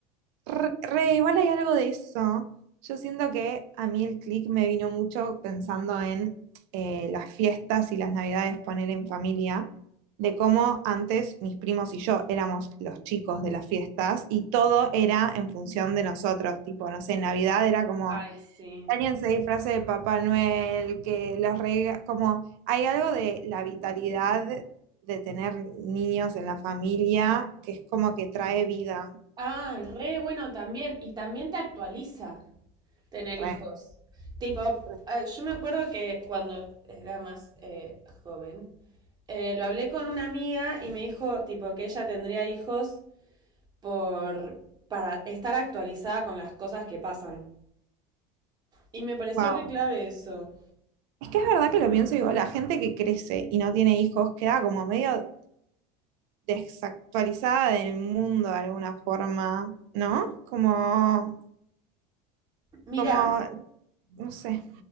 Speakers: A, on the right (about 65°); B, on the right (about 25°).
A: re, re, igual hay algo de eso. Yo siento que a mí el click me vino mucho pensando en eh, las fiestas y las navidades, poner en familia, de cómo antes mis primos y yo éramos los chicos de las fiestas y todo era en función de nosotros, tipo, no sé, Navidad era como...
B: Ay, sí.
A: Daniel se disfraza de Papá Noel, que las reglas, como hay algo de la vitalidad de tener niños en la familia que es como que trae vida.
B: Ah, re bueno también. Y también te actualiza. Tener
A: Re,
B: hijos. Tipo,
A: re,
B: ah, yo me acuerdo que cuando era más eh, joven, eh, lo hablé con una amiga y me dijo, tipo, que ella tendría hijos por, para estar actualizada con las cosas que pasan. Y me pareció
A: wow.
B: re clave eso.
A: Es que es verdad que lo pienso y digo, la gente que crece y no tiene hijos queda como medio desactualizada del mundo de alguna forma, ¿no? Como,
B: Mira,
A: como, no sé,